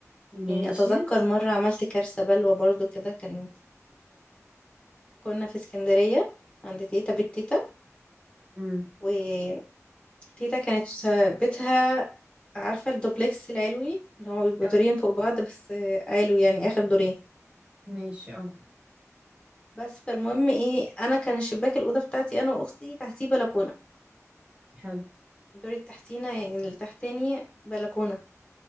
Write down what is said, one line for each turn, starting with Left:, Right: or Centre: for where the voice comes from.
Right: ماشي
Left: يعني اتذكر مرة عملت كارثة بلوى برضو كده كانت كنا في اسكندرية عند تيتا بيت تيتا
Right: امم
Left: وتيتا كانت بيتها عارفة الدوبلكس العلوي اللي هو بيبقى
Right: اه
Left: دورين فوق بعض بس علوي يعني آخر دورين
Right: ماشي اه
Left: بس فالمهم ايه انا كان الشباك الأوضة بتاعتي انا واختي تحتيه بلكونة
Right: حلو
Left: الدور التحتينا يعني اللي تحتاني بلكونة